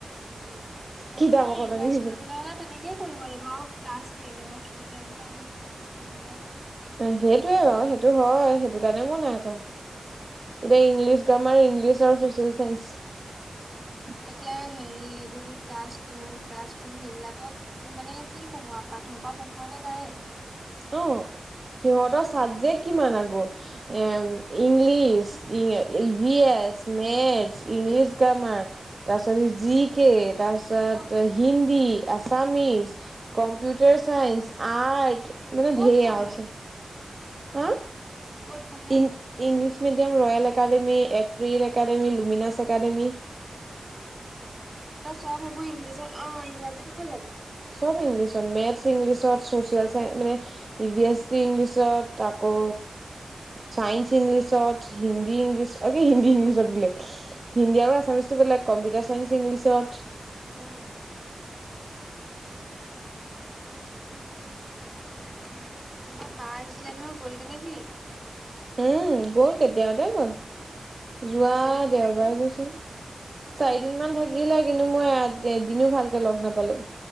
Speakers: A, on the right; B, on the right.
A: নহয়
B: কিতাপ এখন
A: ইভেষ্ট
B: আনি দিবি
A: কৰিবলৈ হ'লে তেনেকেই কৰিব লাগিব প্লাষ্ট ন ষ্টুডেণ্ট ত ধ মেচ পে <unintelligible>
B: অ 'সেইটোয়ে ৰ সেইটো হয় সেইটো কাৰণে মোৰ নাই এতিয়া ইংলিছ গ্ৰামাৰ ইংলিছ আৰু চচিয়েল চাইঞ্চ
A: এতিয়া হেৰি এইটো কি ক্লাছ টু ক্লাছ ফৰ সেইবিলাকক মানে কি পঢ়ো? প্ৰথম পা পঢ়োনে তাৰে <unintelligible>
B: অ সিহঁতৰ চাবজেক্ট কিমান আকৌ এ English E E V S maths English grammar তাৰ পাত জি কে তাৰপিছত
A: ক'ত
B: Hindi Assamese computer science art মানে
A: ক'ত
B: ঢেৰ
A: পঢ়ে
B: আট হা?
A: ক'ত পঢ়ে
B: ই ইংলিছ <unintelligible> মিডিয়াম ৰয়েল একাডেমি এক্ৰ একাডেমী লুমিনাছ একাডেমী
A: অ সিহঁতৰ চব সেইবোৰ ইংলিছৰ অ ইংৰাজী নহয় জানো
B: চব ইংলিছত মেথছ ইংলিছত চ'চিয়েল চাই মানে ই ভিএছ চি ইংলিছত ত অ, উ, ছাইন্স ইংলিছত হিন্দী ইংলিছ
A: উম
B: অে হিন্দী ইংলিছত হিন্দী আৰু আছামিচটো বেলেগ কম্পিউটাৰ চাইন্স ইংলিছত।
A: উম।
B: <inaudible>
A: তাকে তোমাৰ বা আহিছিলে নহয় গ'লগে নে কি?
B: উম, গ'ল কেতিয়াবাতে গ'ল। যোৱা
A: বেছি দিন নাথাকিলে
B: দেওবাৰে
A: নি
B: গৈছে চাৰ দিনমান থাকিলে কিন্তু মই দিনও ভালকে লগ নাপালো